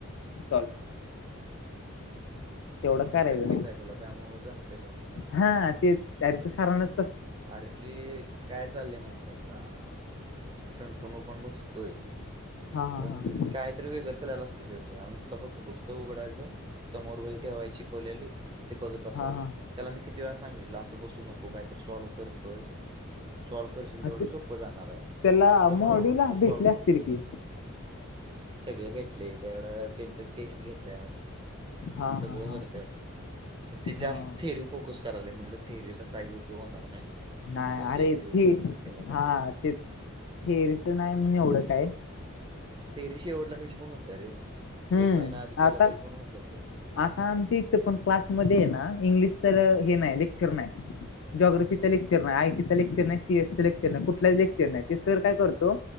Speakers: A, on the left; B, on the right.
A: चल तेवढं
B: म्हणजे
A: करायचं
B: प्रॅक्टिस आहे तुला त्यामुळे जमतेय लगेच फास्ट
A: हा
B: फास्ट
A: ते चारित्र सरांन
B: अरे ते काय चाललेय माहित आहे का संतून पण बसतोय
A: हा हा
B: पण
A: हा
B: काय तरी वेगंचलला असते त्याच नुसता फक्त पुस्तक उघडायचं समोर वई ठेवाय शिकवलेली ते बघत बसायचं
A: हा हा
B: त्याला मी किती वेळा सांगितलं असं बसू नको काहीतरी सॉल्व करत बस सॉल्व करशील
A: हा
B: तेवढं
A: ते
B: सोपं जाणार आहे
A: त्याला
B: तर
A: मॉड्यूला
B: मला म्हणतोय
A: भेटले
B: सॉल्व
A: असतील
B: करते सॉल्व
A: की
B: करते सगळं भेटले त्याकडं त्यांच टेस्ट घेतात
A: हा हा
B: सगळं
A: हा
B: करतात ते
A: हा
B: जास्त थेरी फोकस करायला म्हटलं थेरीूचा काही उपयोग होणार नाही
A: नाही
B: तो सीईटी
A: अरेथे
B: वर फोकस केला पाहिजे
A: हा ते फेरी तर नाही म्हण एवढं काय
B: तेरीशी एवडला कशी पण होत रे
A: हम्म
B: एक महिना आधी केला
A: आता
B: तरी पण होऊन जातं
A: आता आमच्या इथं पण क्लासमध्येध्ये आहे ना इंग्लिश तर हे नाही लेक्चर नाही जॉग्राफीचा
B: हम्म
A: लेक्चर नाही आयटी चा लेक्चर नाही सीएसी लेक्र नाही कुठलाच लेक्चर नाही ते सर काय करतो